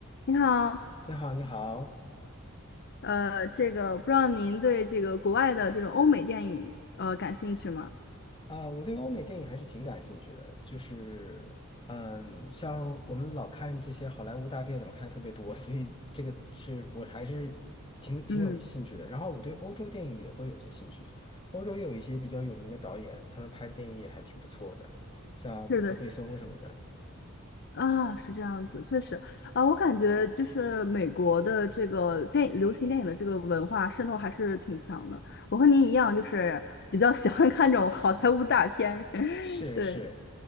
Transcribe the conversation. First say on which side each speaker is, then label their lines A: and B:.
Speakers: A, on the left (about 50°); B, on the left (about 25°).
A: 你好，
B: 你好，你好，
A: 呃，这个不知道您对这个国外的这种欧美电影呃感兴趣吗？
B: 啊、我对欧美电影还是挺感兴趣的，就是，嗯，像我们老看这些好莱坞大片，什么看得特别多，所以这个是我还是挺挺有兴趣的。
A: 嗯，
B: 然后我对欧洲电影也会有些兴趣，欧洲也有一些比较有名的导演，他们拍的电影也还挺不错的，像吕克贝松什么的。
A: 是的，啊，是这样子，确实啊，我感觉就是美国的这个电影、流行电影的这个文化渗透还是挺强的。我和您一样，就是比较喜欢看这种好莱坞大片，<laughs>
B: 是是，
A: 对，